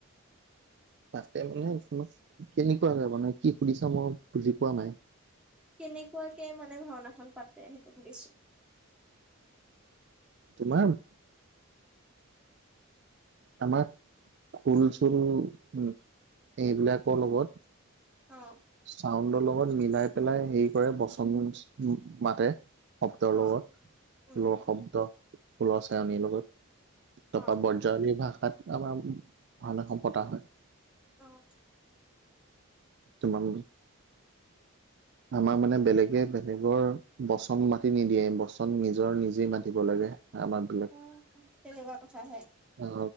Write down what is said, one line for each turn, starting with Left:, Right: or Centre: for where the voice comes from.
Right: তাতে মানে তোমাক কেনেকুৱা হয় মানে কি সুধিছা মই বুজি পোৱা নাই।
Centre: কেনেকুৱাকে মানে ভাওনা খন পাতে সেইটো সুধিছো।
Right: তোমাৰ আমাৰ, গৰু সৰু উম। এইবিলাকৰ লগত।
Centre: অ
Right: চাউণ্ডৰ লগত মিলাই পেলাই হেৰি কৰে বচন মাতে। শব্দৰ
Centre: অ
Right: লগত,
Centre: উম
Right: ফুলৰ শব্দ ফুলৰ চায়নীৰ লগত
Centre: অ
Right: তাৰপা বো জাৱলী ভাষাত আমাৰ ভাওনা খন পতা হয়।
Centre: অ'।
Right: তোমাক। আমাৰ মানে বেলেগে বেলেগৰ বচন মাতি নিদিয়ে বচন নিজৰ নিজে মাতিব লাগে আমাৰ।
Centre: অ', তেনেকুৱা কথা হে।
Right: অ',